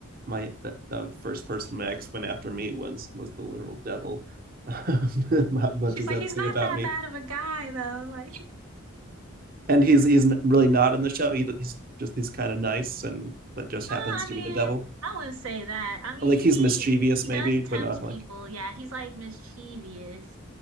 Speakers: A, on the right; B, on the right.
A: my the, the first person my ex went after me was was the literal devil. <laughs> what
B: She's
A: does
B: like,
A: that
B: he's
A: say
B: not
A: about
B: that
A: me?
B: bad of a guy though. Like,
A: And he's he's really not in the show. He, he's just he's kind of nice and but just
B: oh,
A: happens
B: I
A: to
B: mean,
A: be the devil.
B: I wouldn't say that. I mean,
A: Or like he's
B: he
A: mischievous
B: he
A: maybe,
B: does
A: but
B: tempt
A: not like
B: people. Yeah, he's like mischievous.